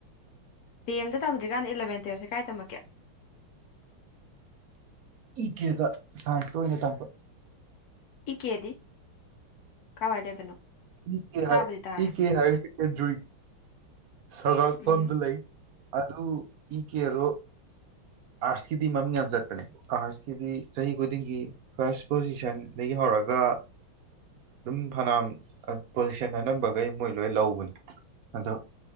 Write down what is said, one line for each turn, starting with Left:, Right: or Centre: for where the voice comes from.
Left: ꯇꯦꯟꯗ ꯇꯝꯗ꯭ꯔꯤꯀꯥꯟꯗ ꯏꯂꯚꯦꯟ ꯇꯨꯌꯦꯞꯁꯦ ꯀꯥꯏ ꯇꯝꯃꯛꯀꯦ
Right: ꯏ ꯀꯦꯗ ꯁꯥꯏꯟꯁ ꯂꯣꯏꯅ ꯇꯝꯕ
Left: ꯏ ꯀꯦꯗꯤ ꯀꯥꯢꯋꯥꯏ ꯂꯩꯕꯅꯣ꯫
Right: ꯏ ꯀꯦ
Left: ꯇꯥꯕꯨꯗꯤ
Right: ꯍꯥꯏ
Left: ꯇꯥꯔꯦ
Right: ꯏ ꯀꯦ ꯍꯥꯏꯌꯔ ꯁꯦꯀꯦꯟꯗ꯭ꯔꯤ꯫ ꯁꯉꯥꯛꯐꯝꯗ
Left: ꯎꯝ
Right: ꯂꯩ ꯑꯗꯨ ꯏꯀꯦ ꯗꯣ꯫ ꯑꯥꯔꯠꯁꯀꯤꯗꯤ ꯃꯃꯤꯡ ꯌꯥꯝ ꯆꯠꯄꯅꯦ ꯑꯥꯔꯠꯁꯀꯤꯗꯤ ꯆꯍꯤ ꯈꯨꯗꯤꯡꯒꯤ ꯐꯥꯔꯁ ꯄꯣꯖꯤꯁꯟꯗꯒꯤ ꯍꯧꯔꯛ ꯑꯔꯒ ꯗꯨꯝ ꯐꯅꯥꯝ ꯑꯠ ꯄꯣꯢꯁꯟ ꯑꯅꯝꯕꯒꯩ ꯃꯣꯏ ꯂꯣꯏ ꯂꯧꯕꯅꯤ ꯑꯗꯣ